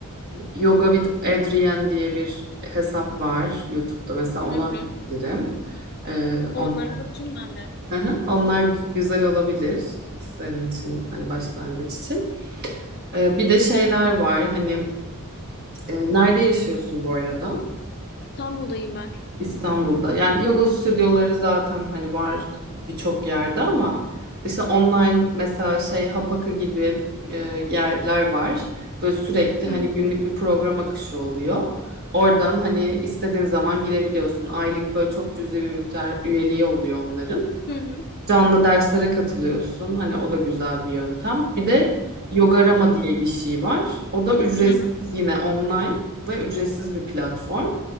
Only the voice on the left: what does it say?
Hı hı.
Onlara
bakayım ben de.
İstanbul'dayım ben.
Hı
hı.
hı. hı.
Güzel.
Hı hı.